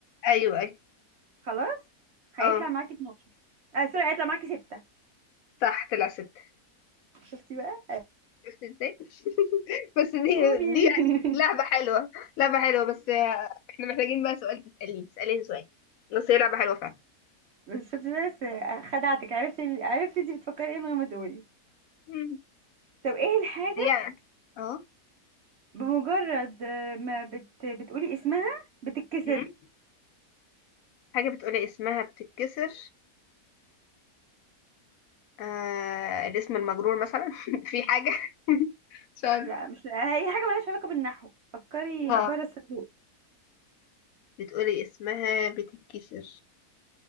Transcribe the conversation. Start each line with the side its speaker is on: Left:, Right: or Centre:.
Left: ايوه ايوه
Right: خلاص هيطلع
Left: اه
Right: معاكي 12 اه سوري هيطلع معاكي 6
Left: صح طلع ستة
Right: شفتي بقى
Left: شفت ازاي بس دي
Right: تقولي
Left: دي
Right: <laughs>
Left: يعني لعبة حلوة لعبة حلوة بس آه، احنا محتاجين بقى سؤال تسأليني تسأليني سؤال بس هي لعبة حلوة فعلا
Right: بس شفتي بس آه، خدعتك عرفت عرفت انت بتفكري ايه من غير ما تقولي
Left: مم.
Right: طب ايه الحاجة
Left: هي اه
Right: بمجرد آه، ما بت... بتقولي اسمها بتتكسر
Left: مم. حاجة بتقولي اسمها بتتكسر آه... الاسم المجرور مثلا <laughs> في حاجة <laughs> مش عارفة
Right: لا مش لا. اي حاجة ملهاش علاقة بالنحو فكري
Left: اه
Right: بره الصندوق
Left: بتقولي اسمها بتتكسر